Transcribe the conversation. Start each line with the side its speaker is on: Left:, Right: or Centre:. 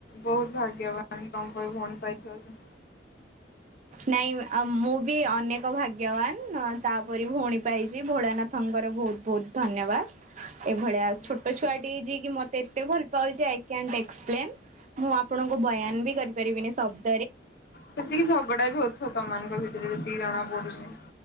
Left: ବହୁତ ଭାଗ୍ୟବାନ। ତମ୍ ପରି ଭଉଣୀ <unintelligible> ପାଇଥିଵ ସେ।
Right: ନାଇଁ ମୁଁ ବି ଅନେକ ଭାଗ୍ୟବାନ ତାପରି ଭଉଣୀ ପାଇଛି ଭୋଳାନାଥଙ୍କର ଭଉଣୀ ବତ ବହୁତ ଧନ୍ୟବାଦ ଏଭଳିଆ ଛୋଟ
Left: ଆଚ୍ଛା
Right: ଛୁଆ ଟି ଯିଏକି ମତେ ଏତେ ଭଲ ପାଉଛି ଆ। ଆଇ କାଣ୍ଟ ଏକ୍ସପ୍ଲେନ୍, ମୁଁ ଆପଣଙ୍କୁ ବୟାନ ବି କରିପାରିବିନି ସବୁ
Left: ସେତିକି ଝଗଡା ବି ହଉଥିବ ତମ ମାନଂକର ଭିତରେ ଯେତିକି ଜଣା ପଡୁଛି